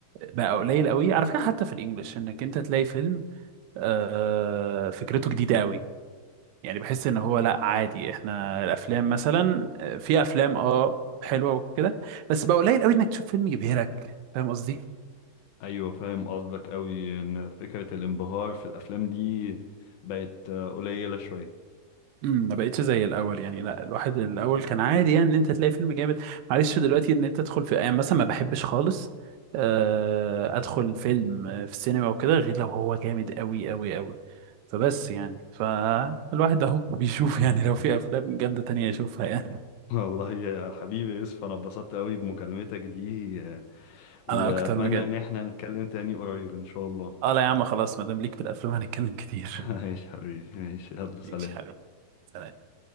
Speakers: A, on the right (about 85°); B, on the left (about 75°).
A: بقى قليل قوي على فكره حتى في الانجليش انك انت تلاقي فيلم آه فكرته جديده قوي يعني بحس ان هو لا عادي احنا الافلام مثلا آه، في افلام اه حلوه وكده بس بقى قليل قوي انك تشوف فيلم يبهرك فاهم قصدي
B: ايوه فاهم قصدك قوي ان فكره الانبهار في الافلام دي بقت آه، قليله شويه
A: امم ما بقتش زي الاول يعني لا الواحد الاول كان عادي يعني ان انت تلاقي فيلم جامد معلش دلوقتي ان انت تدخل في يعني مثلا ما بحبش خالص آه، ادخل فيلم في السينما وكده غير لو هو جامد قوي قوي قوي فبس يعني فالواحد
B: آه.
A: اهو <laughs> بيشوف
B: <laughs>
A: يعني لو في افلام جامده تانية يشوفها يعني
B: والله يا حبيبي يوسف انا اتبسطت قوي بمكالمتك دي واتمنى
A: انا اكتر بجد
B: ان احنا نتكلم تاني قريب ان شاء الله
A: اه لا يا عم خلاص ما دام ليك في الافلام هنتكلم كتير
B: <laughs> ماشي حبيبي ماشي يلا سلام
A: ماشي حبيبي سلام.